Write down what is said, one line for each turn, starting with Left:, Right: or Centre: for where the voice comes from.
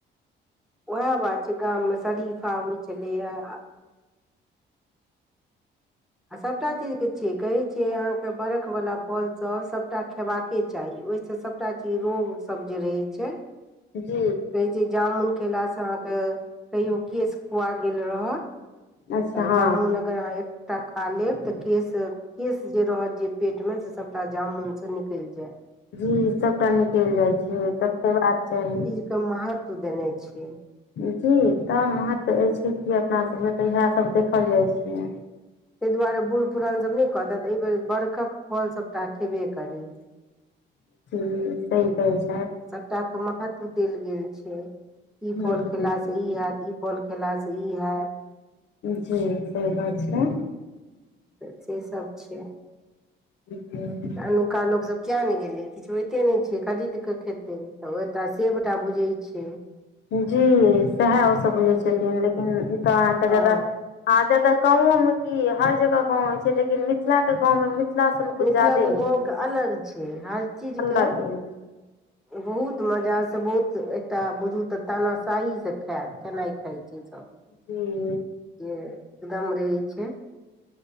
Centre: उएह बात छै गाम मे शरीफा होइ छलैए आ सभटा चीज के छियै कहै छियै अहाॅं के बरख वला फलसब सबटा खेबाके चाही ओहिसँ सबटा चीज रोगसब जे रहै छै
Left: जी
Centre: जे जामुन खेलासे अहाँके कहियो केश खुआ गेल रहत
Left: अच्छा
Centre: तऽ
Left: हँ
Centre: जामुन अगर अहाँ एकटा खा लेब तऽ केश केश जे रहत जे पेटमे से सभटा जामुन सँ निकलि जायत
Left: जी सबटा निकलि जाइ छै तखैन खेबाक चाही
Centre: कियो महत्व देने छै
Left: जी तऽ महत्व अयछै कि अपनासबके तऽ इएहसब देखल जाइ छै
Centre: ताहि दुआरे बूढ़ पुरान सब नहि कहतेत एहि बेर बर्खक फलसभ राखबे करी
Left: ह सही कहै छै <inaudible>
Centre: सबटा के महत्व देल गेल छै ई
Left: छथि
Centre: फल खेला से ई हत ई फल खेलासँ ई हयत
Left: जी सही बात छेले
Centre: तऽ से सब छै
Left: ह <unintelligible>
Centre: तऽ अनुक्का लोकसब किया नहि गेलै किछु होइते नहि छै खरीद कऽ खेतै तऽ एकटा सेबटा बुझहै छै <unintelligible>
Left: जी सएह ओसभ बुझै छथिन
Centre: सेब
Left: लेकिन ई तऽ अहाँके
Centre: हँ
Left: जादा आ जदा गाँंव मे की हर जगह गाँंव होइ छै लेकिन मिथिला के गाँंव मे मिथिल सब मे
Centre: मिथिलाके
Left: कुछ जादे होय
Centre: गाँवके
Left: छै
Centre: अलग छै हर चीजके
Left: अलग होय छै
Centre: बहुत मजासँ बहुत एकटा बुझू तऽ तानाशाहीसँ से खायत खेनाइ खाइत छै सब
Left: हू
Centre: जे एकदम रहै छै